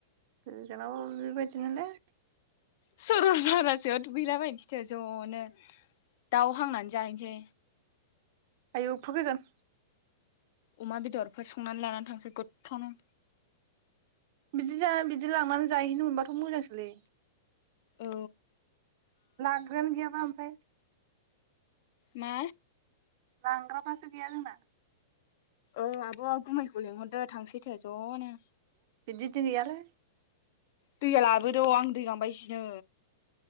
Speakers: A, on the right (about 45°); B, on the left (about 55°).
A: गोजानावबो बिबायदिनोलै।
B: सरलपारासोआव दुगैहैला बायहैनोसैथ ज'नो । दाउ हांनानै जाहैसै।
A: आयु एफा गोजान
B: अमा बेदरफोर संनानै लानानै थांसै गोथथावनो।
A: बिदि जा बिदि लांनानै जाहैनो मोनबाथ' मोजांसो। लै
B: औ
A: लाग्रायानो गैयाबा ओमफ्राय
B: मा
A: लांग्राफ्रासो गैया जोंना
B: ओ आब'आ गुमैखौ लेंहरदो थांसै थो ज'नो।
A: बिदि थि गैयालै
B: दैया लाबोद आं दै गांबायजिनो